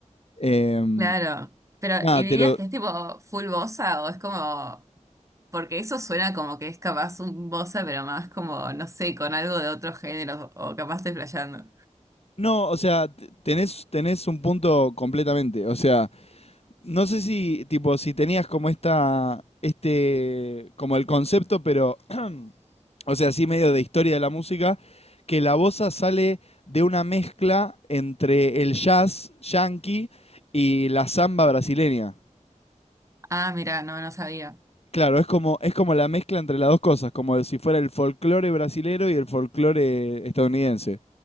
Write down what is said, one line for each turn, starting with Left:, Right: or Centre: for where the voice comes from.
Left: Em,
Right: claro. Pero,
Left: nada,
Right: ¿y dirías
Left: te lo.
Right: que es tipo full bossa o es como Porque eso suena como que es capaz un bossa, pero más como, no sé, con algo de otro género, o capaz estoy flasheando.
Left: No, o sea, t- tenés, tenés un punto completamente. O sea, No sé si, tipo, si tenías como esta, este, como el concepto, pero, <clears throat> o sea, así medio de historia de la música, que la bossa sale de una mezcla entre el jazz yankee y la samba brasileña.
Right: Ah, mira, no, no sabía.
Left: Claro, es como, es como la mezcla entre las dos cosas, como si fuera el folclore brasilero y el folclore estadounidense.